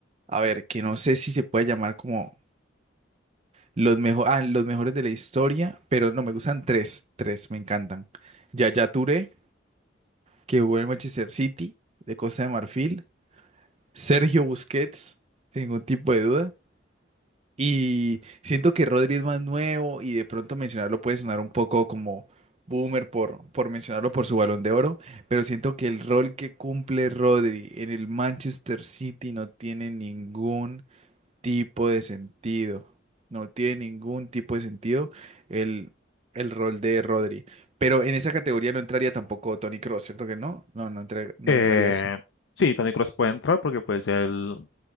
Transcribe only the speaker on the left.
Eh,
sí, Tony Cross puede entrar porque pues él